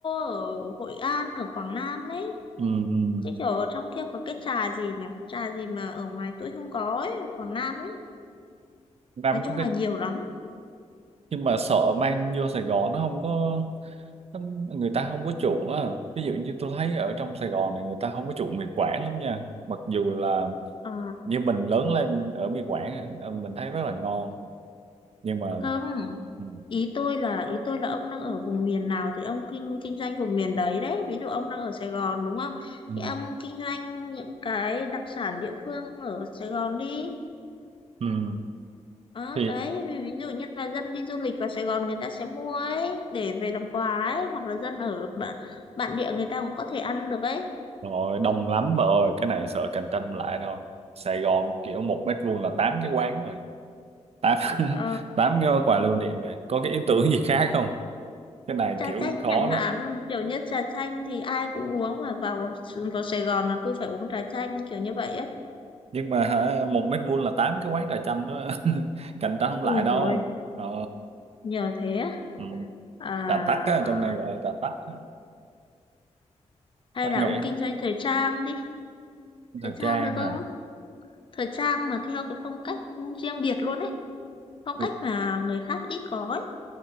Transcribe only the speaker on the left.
ở Hội An, ở Quảng Nam ấy.
Chứ kiểu ở trong kia có cái trà gì nhỉ? Trà gì mà ở ngoài tôi không có ấy, ở Quảng Nam ấy.
nói
chung
là nhiều lắm
Ờ,
không
ý tôi là ý tôi là ông đang ở vùng miền nào thì ông kinh kinh doanh vùng miền đấy đấy ví dụ ông đang ở Sài Gòn đúng không
thì ông kinh doanh những cái đặc sản địa phương ở Sài Gòn đi
đó
đấy ví ví dụ như là dân đi du lịch vào Sài Gòn người ta sẽ mua ấy để về làm quà ấy hoặc là dân ở bạn bản địa người ta cũng có thể ăn được ấy
Ờ,
trà
chanh
chẳng hạn
kiểu như trà chanh thì ai cũng uống mà vào vào Sài Gòn là tôi phải uống trà chanh kiểu như vậy á
Ui
rồi
nhờ thế á.
à
hay
là
ông kinh doanh thời trang đi
thời trang
được không
thời trang mà theo cái phong cách riêng biệt luôn ấy phong
cách mà người khác ít có ấy